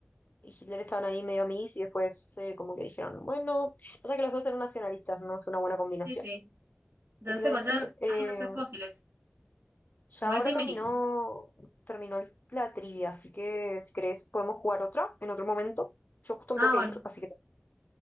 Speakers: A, on the left (about 50°); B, on the right (about 85°).
A: y Hitler estaban ahí medio amiguis, y después eh, como que dijeron, bueno, o sea que los dos eran nacionalistas, no es una buena combinación.
B: Sí, sí. Entonces
A: ¿Qué te iba
B: se encuentran,
A: a decir? Eh,
B: ay, no sé, fósiles.
A: ya
B: Voy
A: ahora
B: a decir
A: terminó,
B: México.
A: terminó el- la trivia, así que si querés podemos jugar otra en otro momento. Yo justo me
B: Ah,
A: tengo que
B: bueno.
A: ir, así que